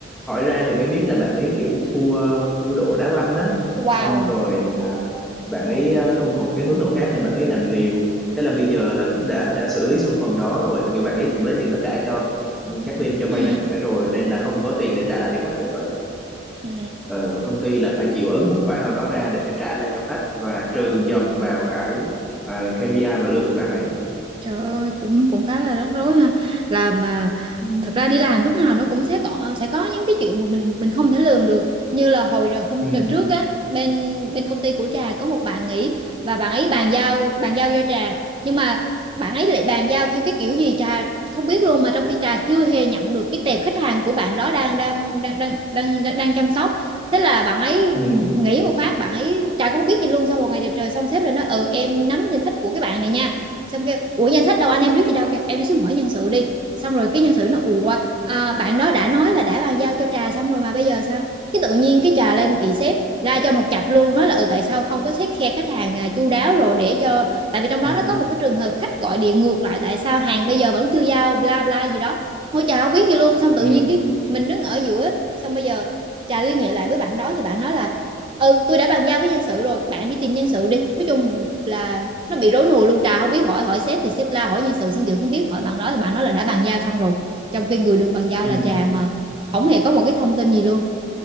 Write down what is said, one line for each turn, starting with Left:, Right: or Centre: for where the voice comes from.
Centre: hỏi ra thì mới biết là bạn ấy kiểu thua thua độ đá banh á
Right: Wow.
Centre: xong rồi à, bạn ấy à, không còn cái hướng nào khác nên bạn ấy làm liều thế là bây giờ là cũng đã đã xử lý xong phần đó rồi kiểu bạn ấy cũng lấy tiền đó trả cho ừ, các bên cho
Right: Ừ.
Centre: vay nặng lãi rồi nên là không có tiền để trả lại cho khách nữa
Right: Ừ.
Centre: ờ, công ty là phải chịu ứng một khoản nào đó ra để trả lại cho khách và trừ dần vào cái ờ, KPI và lương của bạn ấy
Right: Trời ơi cũng cũng khá là rắc rối ha. Là mà
Centre: Ừ.
Right: thật ra đi làm lúc nào nó cũng sẽ có sẽ có những cái chuyện mà mình mình không thể lường được. Như là hồi đợt hôm
Centre: ừ
Right: đợt trước á, bên bên công ty của Trà có một bạn nghỉ và bạn ấy bàn giao bàn giao cho Trà, nhưng mà bạn ấy lại bàn giao theo cái kiểu gì Trà không biết luôn mà trong khi Trà chưa hề nhận được cái tệp khách hàng của bạn đó đang đang đang đang đang đang, đang chăm sóc. Thế là bạn ấy
Centre: ừ
Right: nghỉ một phát bạn ấy Trà cũng không biết gì luôn sau một ngày đẹp trời xong sếp lại nói ừ em nắm danh sách của cái bạn này nha xong kêu ủa danh sách đâu anh em biết gì đâu kêu em đi xuống hỏi nhân sự đi xong rồi cái nhân sự nó ủa à, bạn đó đã nói là đã bàn giao cho trà xong rồi mà bây giờ sao cái tự nhiên cái trà lên bị sếp la cho một chặp luôn nói là ừ tại sao không có xét khe khách hàng à, chu đáo rồi để cho tại vì trong đó
Centre: ừ
Right: nó có một cái trường hợp khách gọi điện ngược lại tại sao hàng bây giờ vẫn chưa giao bla bla gì đó ngôi trà không biết gì luôn xong tự
Centre: ừ
Right: nhiên cái mình đứng ở giữa xong bây giờ trà liên hệ lại với bạn đó thì bạn nói là ừ tôi đã bàn giao với nhân sự rồi bạn đi tìm nhân sự đi nói chung là nó bị rối nùi luôn trà không biết hỏi hỏi sếp thì sếp la hỏi nhân sự sinh dưỡng không biết hỏi bạn đó thì bạn nói là đã bàn giao xong rồi trong khi người được bàn giao
Centre: ừ
Right: là trà mà không hề có một cái thông tin gì luôn